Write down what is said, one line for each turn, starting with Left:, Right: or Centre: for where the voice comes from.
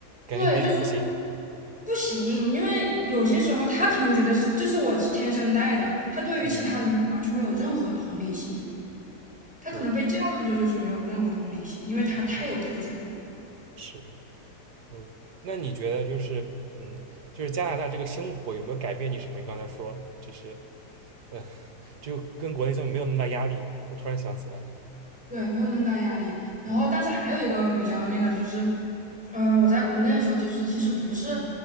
Right: 感觉他就是不行。
Centre: 对，就是不行，因为有些时候他可能觉得这这是我天生带的，他对于其他人完全没有任何同理心，
Right: 嗯，
Centre: 他可能被教育的就就是没有任何同理心，
Right: 对，
Centre: 因为他太有特权了。
Right: 是的，OK。那你觉得就是，嗯，就是加拿大这个生活有没有改变你什么？你刚才说，就是，嗯，<laughs> 就跟国内相比没有那么大压力。我突然想起来，
Centre: 对，没有那么大压力。然后，
Right: 嗯
Centre: 但是还有一个比较那个就是，嗯、我在国内的时候，就是其实不是，